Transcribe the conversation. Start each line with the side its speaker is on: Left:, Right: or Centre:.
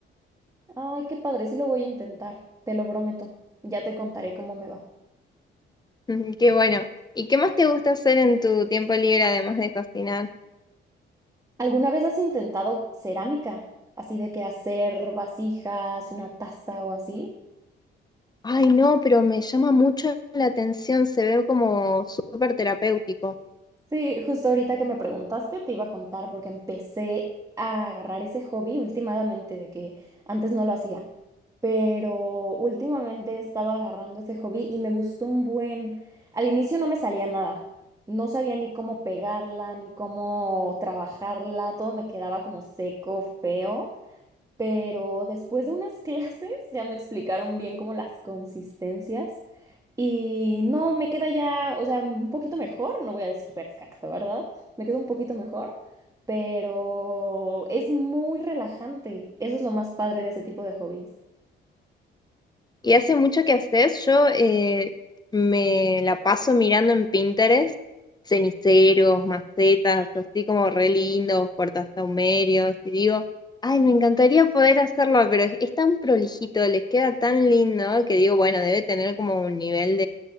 Right: Ay, qué padre, sí lo voy a intentar, te lo prometo. Ya te contaré cómo me va.
Left: <laughs> Qué bueno. ¿Y qué más te gusta hacer en tu tiempo libre además de cocinar?
Right: ¿Alguna vez has intentado cerámica? Así de que hacer vasijas, una taza o así.
Left: Ay, no, pero me llama mucho la atención, se ve como súper terapéutico.
Right: Sí, justo ahorita que me preguntaste, te iba a contar porque empecé a agarrar ese hobby últimamente de que antes no lo hacía, pero últimamente he estado agarrando ese hobby y me gustó un buen... Al inicio no me salía nada, no sabía ni cómo pegarla, ni cómo trabajarla, todo me quedaba como seco, feo, pero después de unas <laughs> clases ya me explicaron bien como las consistencias. Y no, me queda ya, o sea, un poquito mejor, no voy a decir perfecto, ¿verdad? Me queda un poquito mejor, pero es muy relajante. Eso es lo más padre de ese tipo de hobbies.
Left: Y hace mucho que haces, yo eh, me la paso mirando en Pinterest, ceniceros, macetas, así como re lindos, puertasahumerios, y digo, ay, me encantaría poder hacerlo, pero es, es tan prolijito, les queda tan lindo que digo, bueno, debe tener como un nivel